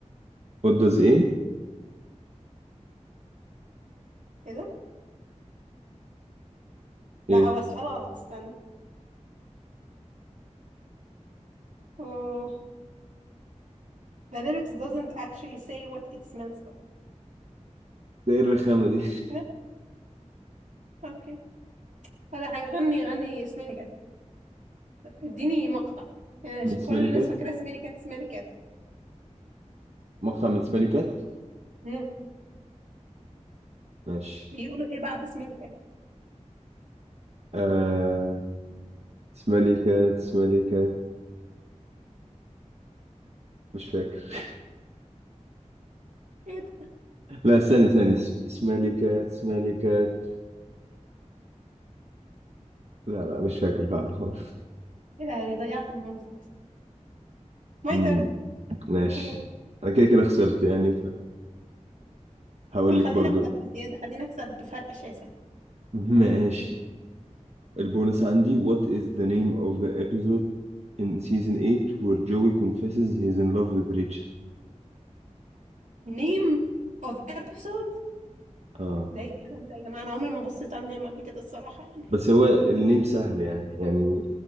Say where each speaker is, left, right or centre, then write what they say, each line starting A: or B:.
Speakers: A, on the right; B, on the right.
A: What does ايه
B: كده لا
A: ايه
B: هو السؤال غلط استنى مم. the lyrics doesn't actually say what it smells like
A: ده ايه الرخامه دي
B: لا، اوكي ولا حاجة غني غني smelly cat اديني مقطع
A: <laughs>
B: يعني عشان
A: من سمالي
B: كل الناس
A: كات
B: فاكرة smelly cat smelly cat
A: مقطع من سمالي كات
B: مم.
A: ماشي
B: بيقولوا ايه بعد smelly cat
A: آه... سماليكات سماليكات مش فاكر
B: ايه ده
A: لا استني استني س- سماليكات سماليكات لا لا مش فاكر فعلا <laughs> خالص
B: ايه لهوي ضيعت البونص my
A: امم
B: turn
A: ماشي
B: قول
A: انا كده كده خسرت يعني فهقول
B: قول
A: لك
B: خلينا
A: برضو
B: نكسب بزيادة خلينا نكسب بفرق شاسع
A: <laughs> ماشي البونس عندي what is the name of the episode in season 8 where Joey confesses he's in love with Rachel
B: name of episode
A: اه
B: ده ايه الكلام ده يا جماعة انا عمري ما بصيت على النعمة قبل كده الصراحة يعني
A: بس هو النيم سهل يعني يعني